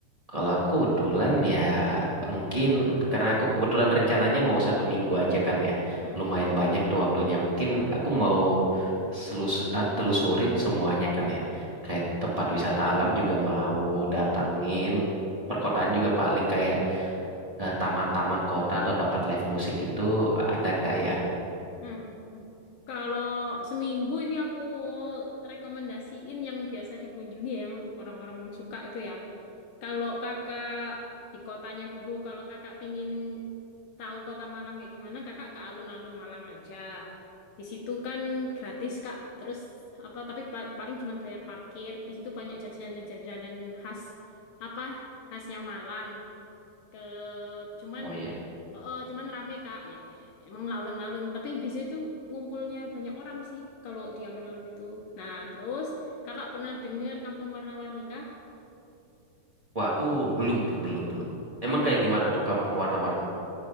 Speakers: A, on the right; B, on the left.
A: Kalau aku kebetulan ya mungkin karena aku kebetulan rencananya mau satu minggu aja kan ya.
B: Hmm.
A: Lumayan banyak tuh waktunya. Mungkin aku mau selus eh, telusurin semuanya kali ya. Kayak tempat wisata alam juga mau datangin. Perkotaan juga paling kayak eh, taman-taman kota atau tempat live musik gitu ada nggak ya?
B: Hmm. Kalau seminggu ini aku rekomendasiin yang biasa dikunjungi ya, yang orang-orang suka itu ya. Kalau Kakak di kotanya dulu, kalau Kakak pingin tahu kota Malang kayak gimana, Kakak ke alun-alun Malang aja. Di situ kan gratis, Kak. Terus apa tapi pa- paling cuma bayar parkir. Di situ banyak jajanan-jajanan khas apa? Khasnya Malang. Ke cuman
A: Oh iya.
B: oh, cuman rame, Kak. Ya eh, emang alun-alun, tapi di situ ngumpulnya banyak orang sih kalau di alun-alun itu. Nah, terus Kakak pernah dengar Kampung Warna-Warni kah?
A: Wah aku belum tuh, belum belum.
B: Kampung
A: Emang kayak
B: warna
A: gimana tuh kampung warna-warni?